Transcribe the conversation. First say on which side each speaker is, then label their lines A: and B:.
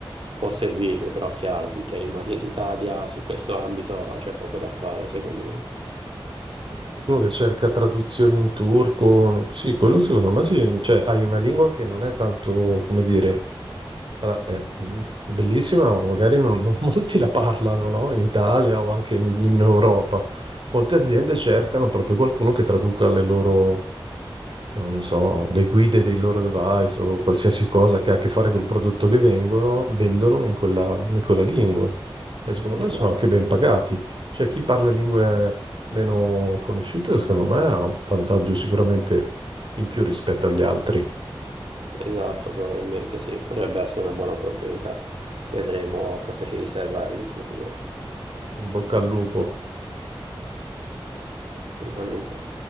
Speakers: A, on the right; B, on the right.
A: può servirmi, però chiaro, finché rimani in Italia su questo ambito c'è poco da fare, secondo me.
B: Qualcuno che cerca traduzioni in turco, no- sì, quello secondo me sì, cioè hai una lingua che non è tanto, come dire, sarà, è mm, bellissima, ma magari non, non <laughs> molti la parlano, no? In Italia o anche in, in Europa. Molte aziende cercano proprio qualcuno che traduca le loro non lo so, le guide dei loro device o qualsiasi cosa che ha a che fare col prodotto che vengono, vendono in quella, in quella lingua. E secondo me
A: Esatto,
B: sono anche ben pagati. Cioè, chi parla lingue meno conosciute, secondo me, ha un vantaggio sicuramente in più rispetto agli altri.
A: esatto, probabilmente sì, potrebbe essere una buona opportunità. Vedremo cosa ci riserva il futuro.
B: In bocca al lupo.
A: Viva il lupo.